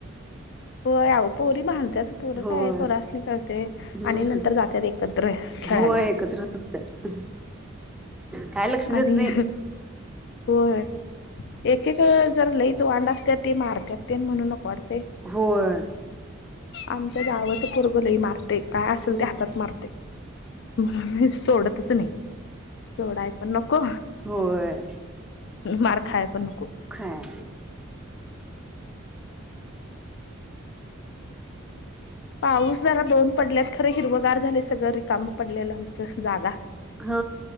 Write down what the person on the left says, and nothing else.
होय, अओ पोरी भांडत्यात, पोर
काय पोरास नी कळ ते
आणि नंतर जातात एकत्र खेळायला.
आणि
हं होय. एक, एक जर लईच वांड असत्यात, तर ते मारत म्हणून नको वाटत.
आमच्या जावच पोरगं लई मारतय. काय असेल
ते हातात मारतय. म्हणून मी सोडतच नाही. सोडाय पण नको
मार खायय पण
पाऊस जरा दोन पडल्यात खरं हिरवगार झालेय सगळं रिकाम पडलेलं आमच जागा.